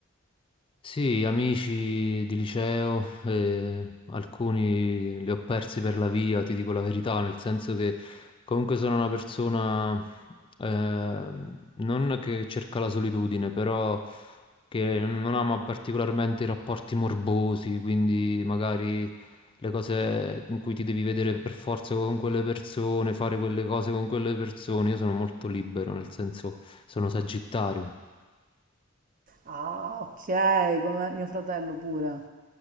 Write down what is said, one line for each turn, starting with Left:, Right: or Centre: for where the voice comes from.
Left: Sì, amici di liceo, eh, alcuni li ho persi per la via, ti dico la verità, nel senso che comunque sono una persona eh, non che cerca la solitudine, però che non ama particolarmente i rapporti morbosi, quindi magari le cose in cui ti devi vedere per forza con quelle persone, fare quelle cose con quelle persone. Io sono molto libero, nel senso sono sagittario.
Right: Ah, ok, come mio fratello pure,